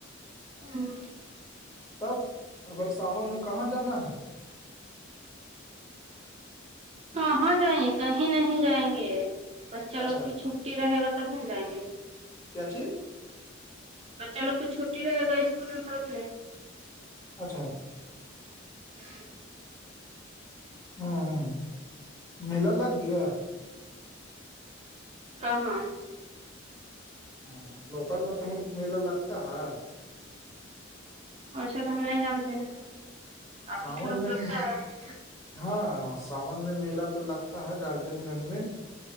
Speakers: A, on the right; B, on the left.
A: ہاں <inaudible>
B: تب ابگر ساون میں کہاں جانا ہے
A: کہاں جائیں کہیں نہیں جائیں گے بچہ
B: اچھا
A: لوگ کی چھٹی رہے گا تب ہم جائیں گے
B: کیا چھی <inaudible>
A: بچہ لوگ تو چھوٹی رہے گا اسکول میں کب
B: اچھا
A: <inaudible>
B: ہوں ہ میلا لگ گیا
A: کہاں ہے <unintelligible>
B: ہ لوکل میں کہیں میلا لگتا ہے
A: اور شاید ہم نہیں جانتے ہیں آپ
B: ساون
A: لوگ طرف
B: میں
A: لگتا ہے
B: ہاں ساون میں میلا تو لگتا ہے ڈالٹن گنج میں